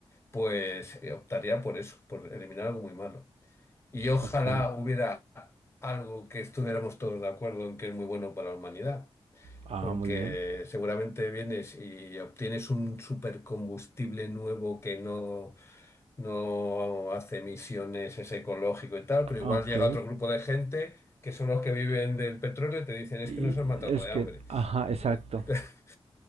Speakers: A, on the left (about 25°); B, on the right (about 75°).
A: pues eh, optaría por eso, por eliminar algo muy malo. Y ojalá
B: Ok.
A: hubiera algo que estuviéramos todos de acuerdo en que es muy bueno para la humanidad,
B: Ah,
A: porque
B: muy bien.
A: seguramente vienes y obtienes un supercombustible nuevo que no, no hace emisiones, es ecológico y tal, pero
B: Ah,
A: igual
B: ok.
A: llega otro grupo de gente que son los que viven del petróleo y te dicen es
B: Y
A: que nos han matado
B: es
A: de
B: que,
A: hambre.
B: ajá, exacto.
A: Entonces, <laughs>